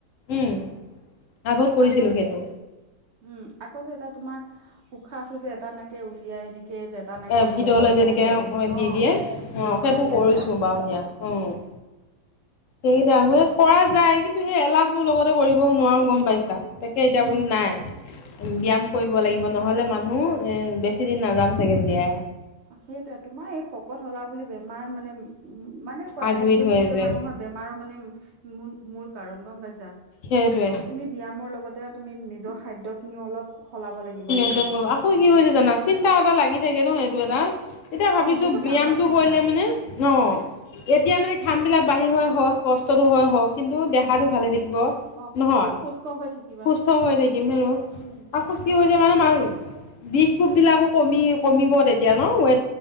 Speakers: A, on the left; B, on the right.
A: উম আগত কৰিছিলো
B: আকৌ
A: সেইটো
B: উম, আকৌ যে এটা তোমাৰ উশাহটো যে এটা নাকে উলিয়াই এনেকে এটা নাকে
A: এ ভিতৰলৈ
B: ল'ব এটা
A: যেনেকে
B: নাকে অ',
A: দি দিয়ে
B: দিব
A: সেইটো
B: লাগে
A: কৰিছো
B: যে
A: বাৰু দিয়া অ'। সেইকেইটা এ, কৰা যায় কিন্তু সেই এলাহটোৰ লগতে কৰিব নোৱাৰো গম পাইছা। তাকে এতিয়া
B: উম
A: বোলো নাই ব্যায়াম কৰিব লাগিব নহ'লে মানুহ বেছিদিন নাজাম চাগে জীয়াই।
B: সেইটোৱে তোমাৰ এই শকত হ'লা বুলি বেমাৰ মানে উম, মানে কোৱা
A: আগুৰি
B: মেদবহুলটোৱে
A: ধৰে যে
B: মানুহৰ বেমাৰ মানে মূল কাৰণ গম পাইছা।
A: সেইটোৱে।
B: তুমি ব্যায়াম লগতে তুমি নিজৰ খাদ্যখিনিও অলপ সলাব লাগিব।
A: <inaudible> অ', কি হৈছে জানা চিন্তা এটা লাগি থাকে ন' এইটো এটা এতিয়া ভাবিছোঁ
B: অ বহুত
A: ব্যায়ামটো
B: ডাঙৰ চিন্তা
A: কৰিলে মানে <inaudible> এতিয়া মানে ঘামবিলাক বাঢ়ি হয়, হ' কষ্টটো হয়, হ' কিন্তু দেহাটো ভালে থাকিব।
B: অ', পিছলে
A: নহয়
B: সুস্থ হৈ থাকিবা।
A: সুস্থ <inaudible> <unintelligible> হৈছে
B: উম
A: মানে বিষ কোপবিলাকো কমি- কমিব তেতিয়া ন ৱে